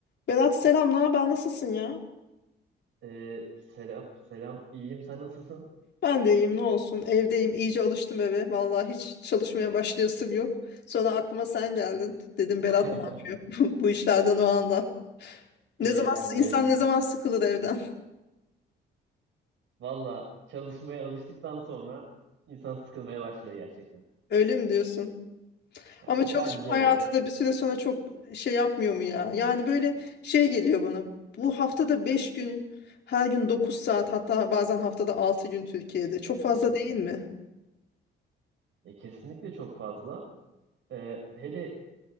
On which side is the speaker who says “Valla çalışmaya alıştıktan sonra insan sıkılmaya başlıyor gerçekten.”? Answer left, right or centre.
Right